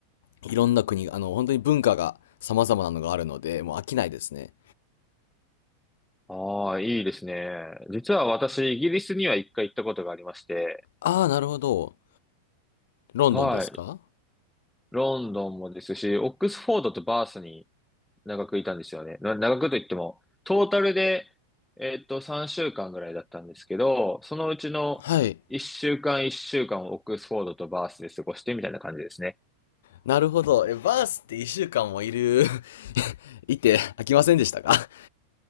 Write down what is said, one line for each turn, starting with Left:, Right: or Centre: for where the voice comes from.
Left: いろんな国、あの、本当に文化が様々なのがあるので、もう飽きないですね。
Centre: ああ、いいですね。実は私、イギリスには一回行ったことがありまして、
Left: ああ、なるほど。ロンドンですか
Centre: はい。ロンドンもですし、オックスフォードとバースに長くいたんですよね。な長くといっても、トータルで、えっと、3週間ぐらいだったんですけど、そのうちの1週間1週間をオックスフォードとバースで過ごしてみたいな感じですね。
Left: はい。なるほど。え、バースって一週間もいる <laughs> いて飽きませんでしたか